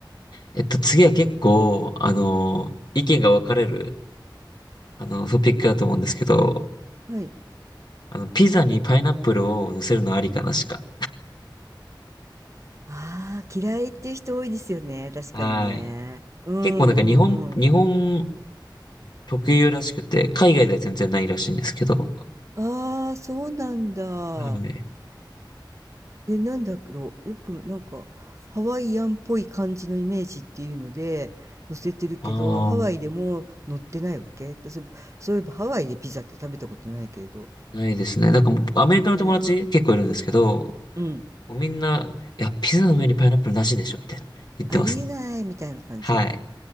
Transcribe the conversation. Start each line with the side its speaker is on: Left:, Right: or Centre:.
Left: えっと、次は結構、あの、意見が分かれる、あの、トピックだと思うんですけど、
Right: はい。
Left: あの、ピザにパイナップルを乗せるのありかなしか。
Right: ああ、嫌いっていう人多いですよね。確かにね。
Left: はい。
Right: うん、
Left: 結構なんか日本、
Right: うん、うん。
Left: 日本特有らしくて、海外では全然ないらしいんですけど。
Right: ああ、そうなんだ。
Left: はい。
Right: え、なんだろう、よくなんかハワイアンっぽい感じのイメージっていうので載せてるけど、
Left: ああ、
Right: ハワイでも載ってないわけ私、そういえばハワイでピザって食べたことないけれど。
Left: ないですね。なんかもうアメリカの友達結構いるんですけど、
Right: ね、うん。
Left: もうみんな、いや、ピザの上にパイナップルなしでしょ、みたいな言ってますね。
Right: ありえないみたいな感じ
Left: はい。